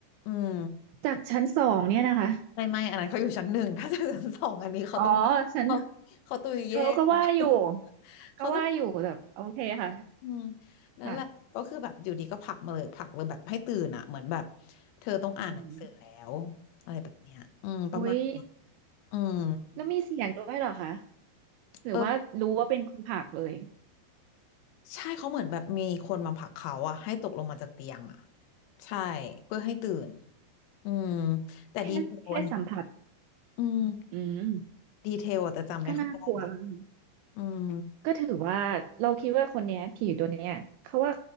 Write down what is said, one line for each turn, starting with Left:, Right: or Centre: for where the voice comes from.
Left: อืม
Right: จากชั้นสองเนี่ยนะคะ
Left: ไม่ไม่อันนั้นเขาอยู่ชั้นหนึ่งถ้าจะชั้นสองอันนี้เขาต้อง
Right: อ๋อชั้น
Left: เขาเขาตุยเย่อะ
Right: เออก็ว่าอยู่
Left: <laughs> เขาต้อง
Right: ก็ว่าอยู่แบบโอเคค่ะ
Left: อืมนั่นแหละก็คือแบบอยู่ดีก็ผลักมาเลยผลักเลยแบบให้ตื่นอ่ะเหมือนแบบ
Right: ค่ะ
Left: เธอต้องอ่านหนังสือแล้ว
Right: อืม
Left: อะไรแบบเนี้ยอืมประมาณ
Right: อุ้ย
Left: อืม
Right: แล้วมีเสียงด้วยเหรอคะ หรือว่ารู้ว่าเป็นคนผากเลย
Left: เออใช่เขาเหมือนแบบมีคนมาผลักเขาอ่ะให้ตกลงมาจากเตียงอ่ะใช่เพื่อให้ตื่นอืมแต่ดีเทลอันนี้
Right: แค่แค่สัมผัส
Left: อืม
Right: อืม
Left: ดีเทลอะจจำไม่ค่อยได้ละ
Right: ก็น่ากลัวแล้วนะ
Left: อืม
Right: ก็ถือว่าเราคิดว่าคนเนี้ยผีตัวเนี้ยเขาว่า